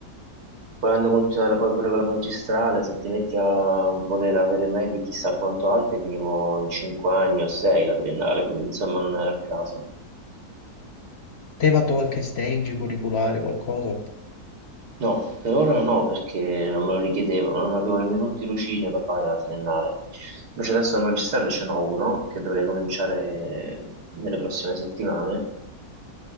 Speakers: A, on the right; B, on the left.
A: volendo continuare poi pure con la magistrale, se ti metti a voler avere medie chissà quanto alte, finivo in 5 anni o 6 la triennale, quindi insomma non era il caso.
B: Te hai fatto qualche stage curriculare, qualcosa?
A: No, per ora no, perché non me lo richiedevano, non avevo nemmeno un tirocinio da fare alla triennale. Invece adesso al magistrale ce n'ho uno che dovrei cominciare nelle prossime settimane.